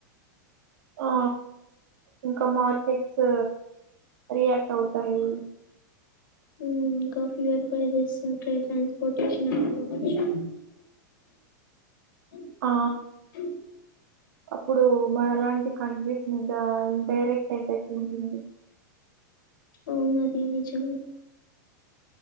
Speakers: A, on the right (about 70°); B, on the left (about 80°).
A: ఆ ఇంకా మార్కెట్స్ రియాక్ట్ అవుతాయి
B: ఉమ్ కాఫీల్ కాలజెస్ ట్ర ట్రాన్స్పోర్టేషన్ అని కుడా వచ్చు టుమ్
A: ఆ
B: టన్
A: అప్పుడు మనలాంటి కంట్రీస్ మీద ఇండైరెక్ట్ ఎఫెక్ట్ ఉంటుంది
B: అవునది నిజమే